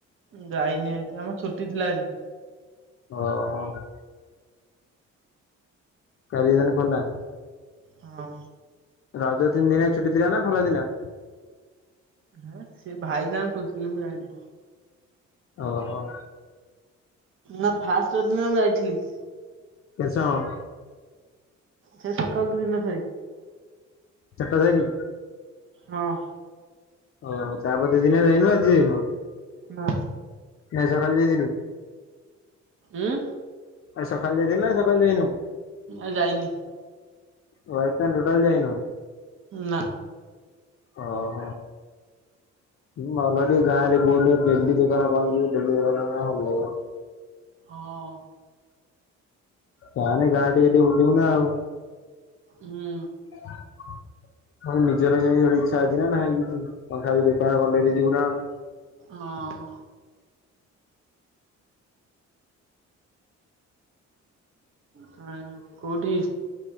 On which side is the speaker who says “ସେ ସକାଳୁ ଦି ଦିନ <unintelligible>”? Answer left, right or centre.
Right